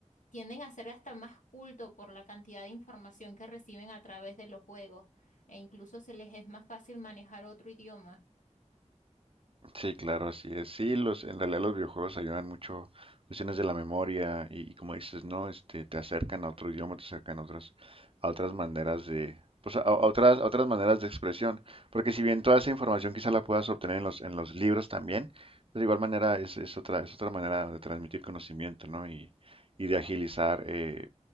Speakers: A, on the left; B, on the right.
A: tienden a ser hasta más culto por la cantidad de información que reciben a través de los juegos e incluso se les es más fácil manejar otro idioma.
B: Sí, claro, así es. Sí, los, en realidad los videojuegos ayudan mucho cuestiones de la memoria y, y como dices, ¿no? Este, te acercan a otro idioma, te acercan a otras, a otras maneras de, pues a, a otras, a otras maneras de expresión. Porque si bien toda esa información quizá la puedas obtener en los, en los libros también, pues de igual manera es, es otra, es otra manera de transmitir conocimiento, ¿no? Y, y de agilizar, eh,